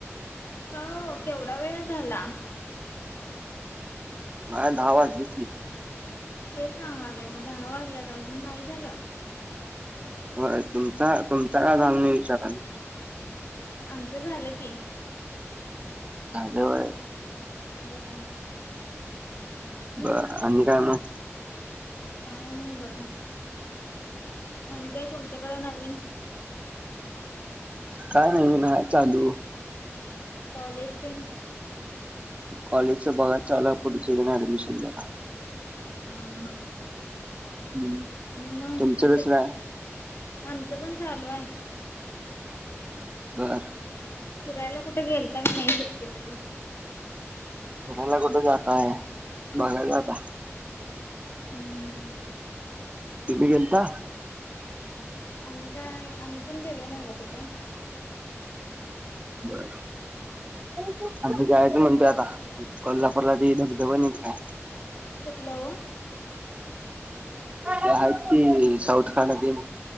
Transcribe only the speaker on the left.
का केवढा वेळ झाला.
हे सांगालंय मग दहा वाजल्यात अजून नाही झालं.
आमचं झालं की
बर.
काय नाही बघा आणि काय तुमच्याकडे नवीन
कॉलेजथीन
हा
हा आणि मग
आमचं पण चालू आहे.
फिरायला कुठे गेल का नाही सुट्टीमध्येध्ये
ह नाही.
आम्ही काय आम्ही पण गेलो नाहीव कुठं?
कुठलं?